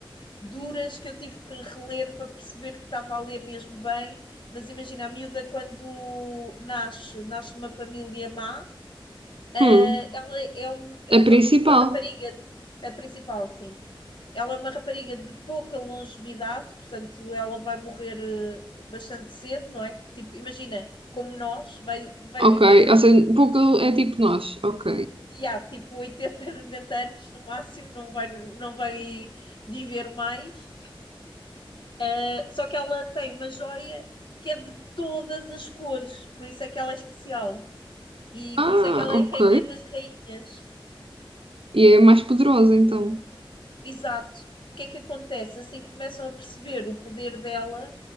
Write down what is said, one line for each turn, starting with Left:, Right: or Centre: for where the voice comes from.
Left: duras que eu tive que reler para perceber que estava a ler mesmo bem. Mas imagina, a miúda quando nasce, nasce numa família má, ah,
Right: Hum,
Left: ela é, um- é
Right: a principal.
Left: uma, uma rapariga, de- a principal, sim. Ela é uma rapariga de pouca longevidade, portanto, ela vai morrer eh, bastante cedo, não é? Tipo, imagina, como nós, vai, vai
Right: Ok,
Left: viver
Right: ou
Left: tipo,
Right: seja, pouco é tipo nós. Ok.
Left: e há tipo 80, 90 <laughs> anos no máximo, não vai, não vai viver mais. Uh, só que ela tem uma joia que é de todas as cores, por isso é que ela é especial. E
Right: Ah,
Left: por isso é que ela
Right: ok.
Left: é a rainha das rainhas.
Right: E é mais poderosa, então.
Left: Exato. O que é que acontece? Assim que começam a perceber o poder dela,